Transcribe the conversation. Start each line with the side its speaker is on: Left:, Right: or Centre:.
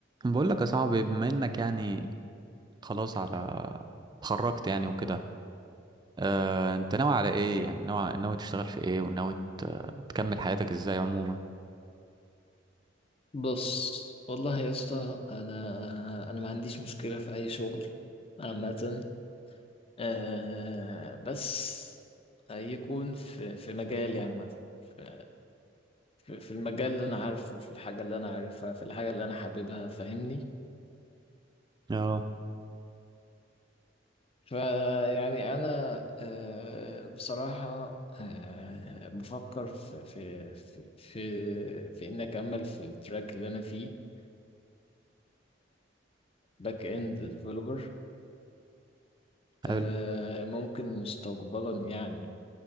Right: بقول لك يا صاحبي بما انك يعني خلاص على اتخرجت يعني وكده اه انت ناوي على ايه يعني ناوي ناوي تشتغل في ايه وناوي ت- تكمل حياتك ازاي عموما
Left: بص والله يا اسطى انا انا ما عنديش مشكله في اي شغل عامه آه، بس يكون في في مجالي عامه في في في المجال اللي انا عارفه في الحاجه اللي انا عارفها في الحاجه اللي انا حاببها فاهمني
Right: اه
Left: فيعني انا آه، بصراحه آه، بفكر في في في في, في ان اكمل في التراك اللي انا فيه باك اند ديفلوبر
Right: حلو
Left: آه، ممكن مستقبلا يعني